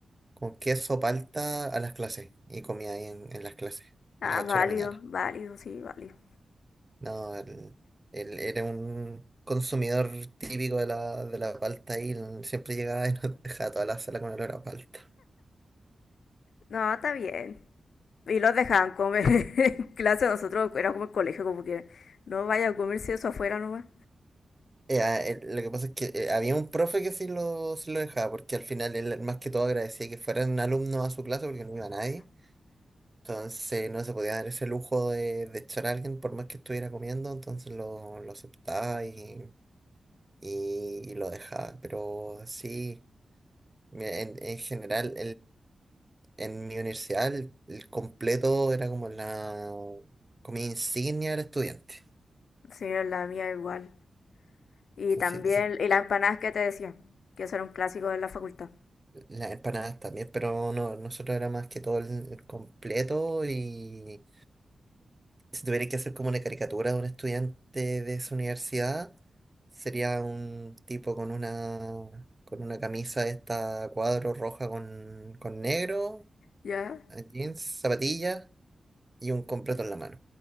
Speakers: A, on the right (about 20°); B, on the left (about 85°).
A: con queso palta a las clases y comía ahí en, en las clases
B: Ah,
A: a las 8
B: válido,
A: de la mañana.
B: válido, sí, válido.
A: No, él, él era un consumidor típico de la, de la palta y él siempre llegaba y nos <laughs> dejaba toda la sala con olor a palta.
B: No, está bien. Y los dejaban comer <laughs> en clase. Nosotros era como el colegio, como que no vaya a comerse eso afuera nomás.
A: Eh, a- él- lo que pasa es que eh, había un profe que sí lo, sí lo dejaba, porque al final él más que todo agradecía que fueran alumnos a su clase porque no iba nadie. Entonces no se podía dar ese lujo de, de echar a alguien por más que estuviera comiendo, entonces lo, lo aceptaba y, y- y lo dejaba. Pero sí, mira, en, en general En mi universidad el, el completo era como la comida insignia del estudiante.
B: Sí, la mía igual. Y
A: O sea,
B: también,
A: sí- sí,
B: y las empanadas que te decía, que eso era un clásico de la facultad.
A: las empanadas también, pero no, nosotros era más que todo el, el completo y si tuvierais que hacer como una caricatura de un estudiante de esa universidad, sería un tipo con una con una camisa de esta a cuadro roja con, con negro,
B: ¿Ya?
A: eh, jeans, zapatillas y un completo en la mano.